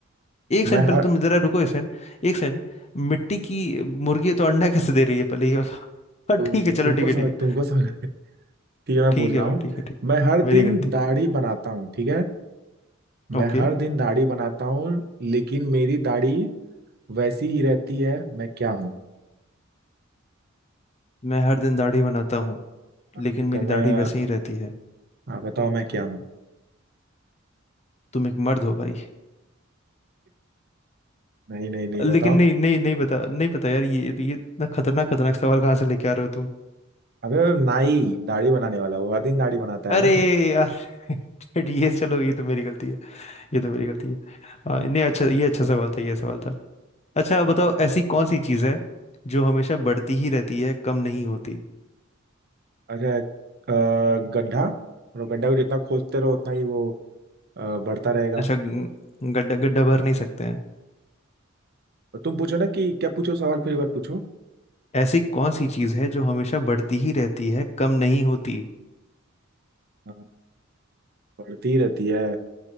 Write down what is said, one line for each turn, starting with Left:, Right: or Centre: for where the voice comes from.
Left: एक
Right: मैं
Left: सेकंड पहले
Right: हर
Left: तुम जरा रुको एक सेकंड एक सेकंड मिट्टी की मुर्गी है तो अंडा कैसे दे रही है पहले ये बताओ
Right: तु,
Left: <laughs> ठीक है चलो
Right: तुमको
Left: ठीक है
Right: समझ
Left: ठीक है
Right: तुमको समझ <laughs> ठीक है मैं
Left: ठीक
Right: पूछ रहा
Left: है भाई
Right: हूँ
Left: ठीक है ठीक है
Right: मैं हर
Left: मेरी
Right: दिन
Left: गलती
Right: दाढ़ी बनाता हूँ ठीक है
Left: ओके
Right: मैं हर दिन दाढ़ी बनाता हूँ लेकिन मेरी दाढ़ी वैसी ही रहती है मैं क्या हूँ
Left: मैं हर दिन दाढ़ी बनाता हूँ लेकिन
Right: जैसे
Left: मेरी दाढ़ी
Right: मैं
Left: वैसे ही रहती है
Right: हाँ बताओ मैं क्या हूँ
Left: तुम एक मर्द हो भाई
Right: नहीं नहीं नहीं बताओ
Left: लेकिन नहीं नहीं नहीं पता नहीं पता यार ये ये इतना खतरनाक खतरनाक सवाल कहाँ से लेके आ रहे हो तुम
Right: अबे नाई दाढ़ी बनाने वाला वो हर दिन दाढ़ी बनाता
Left: अरे
Right: है ना
Left: यार <laughs> ये चलो ये तो मेरी गलती है ये तो मेरी गलती है हाँ, नहीं अच्छा ये अच्छा सवाल था ये सवाल था अच्छा बताओ ऐसी कौन सी चीज़ है जो हमेशा बढ़ती ही रहती है कम नहीं होती
Right: अच्छा अ, गड्ढा मतलब गड्ढा को जितना खोदते रहो उतना ही वो अ, बढ़ता रहेगा
Left: अच्छा ग- गड्ढा गड्ढा भर नहीं सकते हैं
Right: तुम पूछो ना कि क्या पूछो सवाल फिर एक बार पूछो
Left: ऐसी कौन सी चीज़ है जो हमेशा बढ़ती ही रहती है कम नहीं होती
Right: अ, बढ़ती रहती है